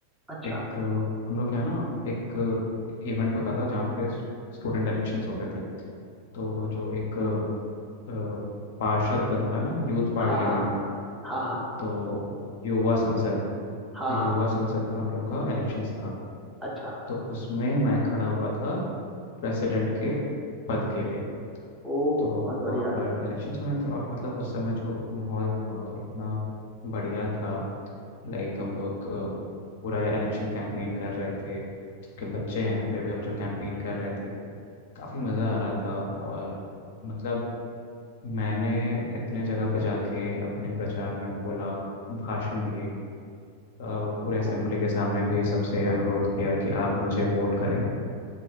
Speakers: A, in the centre; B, on the left.
A: अच्छा
B: एक अ, हम लोग के यहाँ ना एक इवेंट होता था जहाँ पे स्टूडेंट इलेक्शंस होते थे तो जो एक अ, पार्षद बनता है ना यूथ पार्लियामेंट
A: हाँ हाँ हाँ हाँ
B: तो युवा संसद
A: हाँ
B: तो युवा
A: हाँ
B: संसद का हम लोग का इलेक्शंस था
A: अच्छा
B: तो उसमें मैं खड़ा हुआ था प्रेसिडेंट के पद के लिए
A: ओ
B: तो
A: बहुत बढ़िया
B: वहाँ पर इलेक्शंस होने थे और मतलब उस समय जो माहौल था इतना बढ़िया था लाइक हम लोग अ, पूरा इलेक्शन कैंपेन कर रहे थे जबकि हम बच्चे हैं फिर भी हम जो कैंपेन कर रहे थे काफ़ी मज़ा आ रहा था और मतलब मैंने इतने जगह पर जाके अपने प्रचार में बोला भाषण दिए अ, पूरे
A: ओ
B: असेंबली के सामने भी सबसे अनुरोध किया कि आप मुझे वोट करें